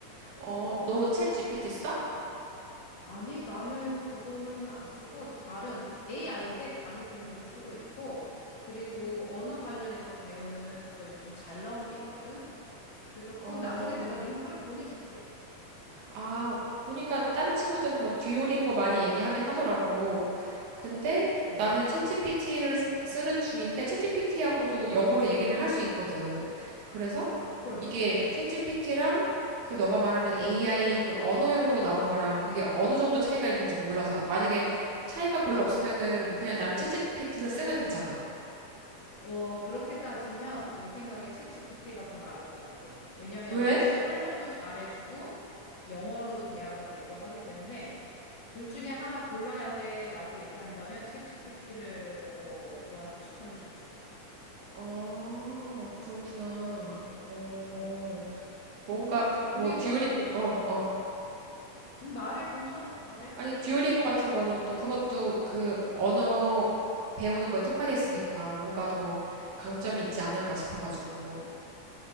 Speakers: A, on the right; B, on the left.
A: 어, 너 챗 GPT 써?
B: 아니, 나는 그거는 안 쓰고 다른 AI인데 다른 종류로 쓰고 있고 그리고 언어 관련해서 배우는 또 요즘 잘 나온 게 있거든. 그래서 그건
A: 어,
B: 나중에 내가 링크를 보내줄게.
A: 아, 보니까 다른 친구들은 뭐 듀오링고 많이 얘기하긴 하더라고. 근데
B: 오,
A: 나는 챗GPT를
B: 그렇지.
A: 쓰는 중인데 챗GPT하고도 영어로 얘기를 할 수 있거든. 그래서
B: 그럼,
A: 이게
B: 음,
A: 챗GPT랑 그 너가 말하는 AI 그 언어용으로 나온 거랑 그게 어느 정도 차이가 있는지 몰라서 만약에 차이가 별로 없으면은
B: 음.
A: 그냥 나는 챗GPT를 쓰면 되잖아.
B: 어, 그렇게 따지면 내 생각에 챗GPT가 더 나을 것 같아. 왜냐면
A: 왜?
B: 설명도 잘해주고 영어로도 대화가 되고 하기 때문에 둘 중에 하나 골라야 돼라고 얘기한다면 챗GPT를 어, 너한테 추천해주고 싶어.
A: 아, 그렇구나. 어,
B: 어.
A: 뭔가
B: 그리고
A: 뭐 듀오링 어, 어.
B: 음, 말해 괜찮아? 말해.
A: 아니, 듀오링고 같은 거는 또 그것도 그 언어 배우는 거에 특화돼 있으니까 뭔가 더 강점이 있지 않을까
B: 음.
A: 싶어가지고.